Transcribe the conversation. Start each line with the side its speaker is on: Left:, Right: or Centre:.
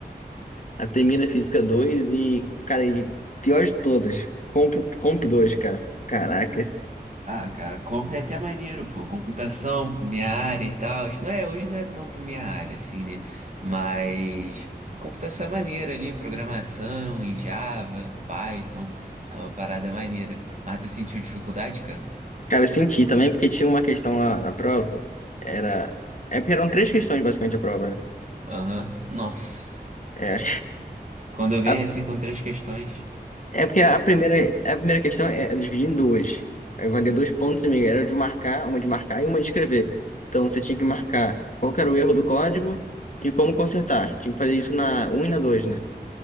Left: A termina Física 2 e, cara, e pior de todas, Comp, Comp 2, cara. Caraca.
Right: Ah, cara, comp é até maneiro, pô. Computação, minha área e tal. Não é, hoje não é tanto minha área, assim, né? Mas computação é maneira ali, programação em Java, Python, é uma parada maneira. Mas tu sentiu dificuldade, cara?
Left: Cara, eu senti também porque tinha uma questão lá na prova. Era. É porque eram três questões basicamente a prova, né?
Right: Aham. Nossa.
Left: É,
Right: Quando vem
Left: a-
Right: assim com três questões.
Left: é porque a primeira, a primeira questão é, era dividida em duas. Aí valia dois pontos e meio. Era de marcar, uma de marcar e uma de escrever. Então você tinha que marcar qual que era o erro do código e como consertar. Tinha que fazer isso na um e na 2, né?